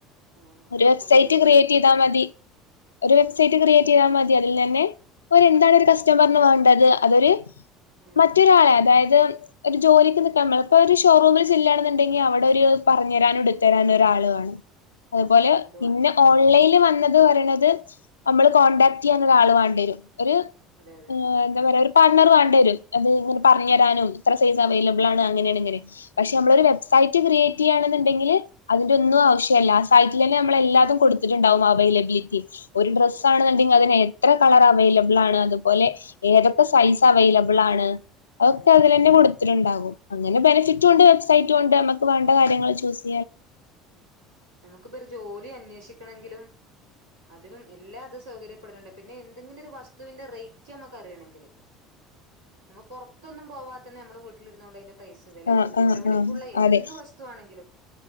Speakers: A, on the right (about 85°); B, on the left (about 75°).
A: ആഹ്
B: ഒരു
A: അതൊക്കെ
B: വെബ്സൈറ്റ്
A: പുരോഗമനത്തിന്റെ
B: ക്രിയേറ്റ് ചെയ്താ മതി ഒരു വെബ്സൈറ്റ്
A: ആഹ്
B: ക്രിയേറ്റ് ചെയ്താ മ അല്ലെനെ ഒര് എന്താണ്
A: ഉം
B: ഒര് കസ്റ്റമറിന്
A: ഉം
B: വേണ്ടത് അതൊരു
A: ഉം
B: മറ്റൊരാളെ
A: ഉം
B: അതായ ഇത് ഒരു ജോലിക്ക് നിക്കാൻ ഇപ്പോ ഒരു ഷോറൂമിൽ ചെല്ലുകാണെന്നുണ്ടെങ്കിൽ അവിടെ ഒരു പറഞ്ഞു തരാനും എടുത്തു തരാനും ഒരാളു കാണും അതുപോലെ
A: ആഹ് അത്
B: പിന്നെ
A: വേണം
B: ഓൺലൈനിൽ
A: ഉം ഉം
B: വന്നത് പറയണ ത് നമ്മള്
A: ഉം
B: കോൺടാക്ട്
A: ഉം
B: ചെയ്യാൻ ഒരാള് വേണ വെരും ഒരു
A: അതെ അതെ
B: ഹ് എന്താ പറയാ ഒരു പാർട്ണറ് വേണ്ടി വരും അത് ഇങ്ങനെ
A: ഉം
B: പറഞ്ഞു
A: ഉം
B: തരാനും സൈസ് അവൈലബിൾ ആണ് അങ്ങനെയാണ് ഇങ്ങനെ പക്ഷെ
A: അതെ
B: നമ്മള്
A: അതെ
B: ഒരു വെബ്സൈറ്റ് ക്രിയേ <unintelligible> ആണെന്നുണ്ടെങ്കില് അതിന്റെ ഒന്നും
A: ഉം
B: ആവശ്യവില്ല സൈറ്റിൽ തന്നെ നമ്മളെല്ലാതും കൊടുത്തിട്ടുണ്ടാവും അവയിലബിലിറ്റി ഒരു ഡ്രസ്സ്
A: അതെ
B: ആണെന്നുണ്ടെങ്കിൽ അതിനെ എത്ര കളർ അവൈലബിൾ ആണ് അതുപോലെ ഏതൊക്കെ
A: ഉം
B: സൈസ്
A: ഉം
B: അവൈലബിൾ ആണ് അതൊ
A: ഉം
B: അതിൽതന്നെ
A: ഉം
B: കൊടുത്തിട്ടുണ്ടാകും അങ്ങനെ ബെനിഫിറ്റും
A: ഉം ഉം
B: ഉണ്ട് വെബ്സൈ ഉണ്ട് നമ്മക്ക് വേണ്ട കാര്യങ്ങൾ ചൂസ് <unintelligible>
A: ഉം ഉം നമുക്ക് ഇപ്പൊ ഒരു ജോലി അന്വേഷി ആക്കണങ്കിലും അതിനും എല്ലാം അത് സൗകര്യപ്പെടുന്നുണ്ട് പിന്നെ എന്തെങ്കിലും ഒരു വസ്തുവിന്റെ റേറ്റ് നമ്മുക്കറിയണെങ്കിൽ നമ്മ പുറത്തൊന്നും പോവാ തന്നെ നമ്മൾ വീട്ടിലിരുന്നോണ്ട് അതിന്റെ പ്രൈസ് വെല
B: ആ ആ
A: വിലപിടിപ്പുള്ള
B: ആ
A: എന്ത്
B: അതെ
A: വസ്തുവാണെങ്കിലും